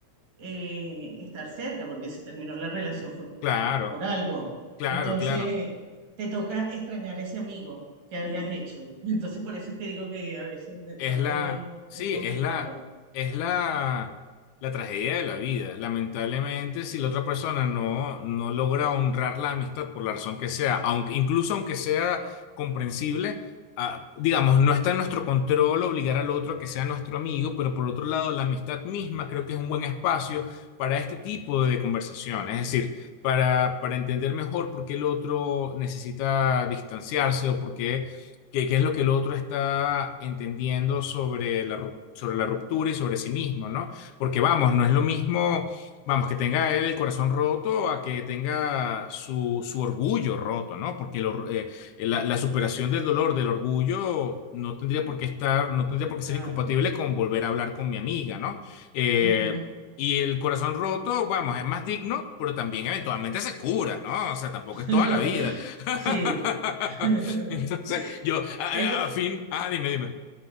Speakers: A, on the right; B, on the left.
A: eh, estar cerca, porque si terminó la relación fue
B: claro,
A: eh, por algo.
B: claro,
A: Entonces,
B: claro.
A: te toca extrañar ese amigo que habías hecho. <laughs> Entonces, por eso es que digo que a veces de
B: Es
A: pronto
B: la, sí,
A: es complicado.
B: es la, es la, la tragedia de la vida. Lamentablemente, si la otra persona no, no logra honrar la amistad por la razón que sea, aunque, incluso aunque sea comprensible, ah, digamos, no está en nuestro control obligar al otro a que sea nuestro amigo, pero por otro lado, la amistad misma creo que es un buen espacio para este tipo de conversación. Es decir, para, para entender mejor por qué el otro necesita distanciarse o por qué ¿Qué, qué es lo que el otro está entendiendo sobre la, ru- sobre la ruptura y sobre sí mismo, ¿no? Porque vamos, no es lo mismo, vamos, que tenga él el corazón roto a que tenga su, su orgullo roto, ¿no? Porque el or- eh, la, la superación del dolor, del orgullo, no tendría por qué estar, no tendría por qué
A: Claro.
B: ser incompatible con volver a hablar con mi amiga, ¿no? Eh,
A: Ujú.
B: y el corazón roto, vamos, es más digno, pero también eventualmente se cura, ¿no? O sea, tampoco
A: <laughs>
B: es toda la vida. <laughs>
A: Sí. <laughs>
B: <laughs> Entonces, yo, a, a-
A: El co-
B: a fin, ah, dime, dime.